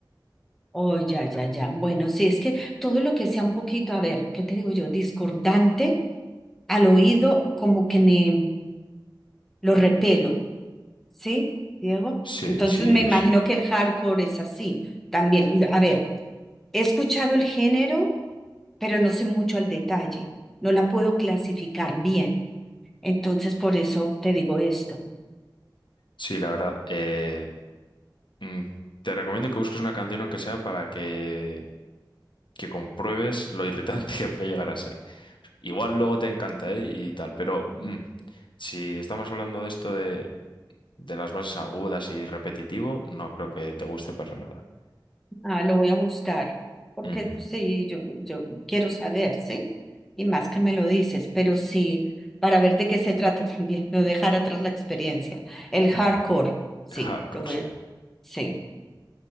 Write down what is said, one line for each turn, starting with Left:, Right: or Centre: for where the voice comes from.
Centre: Oh, ya, ya, ya. Bueno, sí, es que todo lo que sea un poquito, a ver, ¿qué te digo yo? Discordante al oído, como que me lo repelo, ¿sí, Diego?
Left: Sí,
Centre: Entonces
Left: sí,
Centre: me imagino que el hardcore es así también. A ver, he escuchado el género, pero no sé mucho al detalle. No la puedo clasificar bien. Entonces, por eso te digo esto.
Left: Sí, la verdad. eh, mm, te recomiendo que busques una canción aunque sea para que, que compruebes lo irritante <laughs> que puede llegar a ser. Igual luego te encanta, ¿eh? y tal, pero mm, si estamos hablando de esto de, de las bases agudas y repetitivo, no creo que te guste para nada.
Centre: Ah, lo voy a buscar, porque
Left: Ujú,
Centre: sí, yo, yo quiero saber, ¿sí? Y más que me lo dices, pero sí, para ver de qué se trata <laughs> también, no dejar atrás la experiencia. El hardcore,
Left: ujú. <laughs>
Centre: sí,
Left: Hardcore,
Centre: lo voy
Left: sí.
Centre: a, sí,